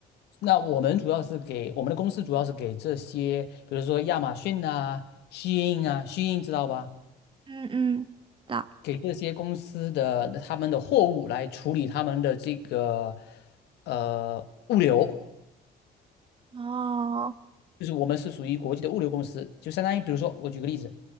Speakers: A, on the left (about 80°); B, on the right (about 30°).
A: 那我们主要是给我们的公司主要是给这些，比如说亚马逊啊、虚印啊，虚印知道吧？
B: 嗯嗯，的，
A: 给这些公司的他们的货物来处理他们的这个呃物流，
B: 哦，
A: 就是我们是属于国际的物流公司，就相当于比如说我举个例子，